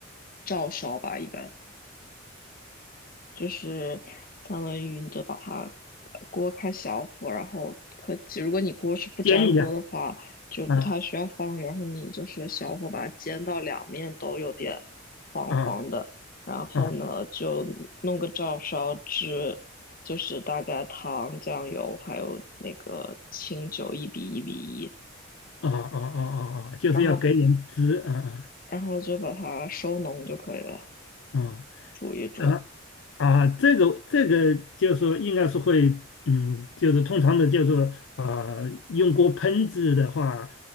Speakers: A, on the left (about 45°); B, on the left (about 75°).
A: 照烧吧，一般。就是三文鱼，你就把它呃锅开小火，然后可及如果你锅是不粘锅的话，
B: 煎一下
A: 就不太需要放油，
B: 啊
A: 然后你就是小火把它煎到两面都有点黄黄的，
B: 啊
A: 然后呢就弄个照烧汁，
B: 啊
A: 就是大概糖、酱油还有那个清酒一比一比一，
B: 啊啊啊啊啊，就是要给点汁啊
A: 然后然后就把它收浓就可以了，
B: 啊
A: 煮一煮。
B: 啊。啊啊，这个这个就是说应该是会，嗯，就是通常的，就是说啊、用锅烹制的话，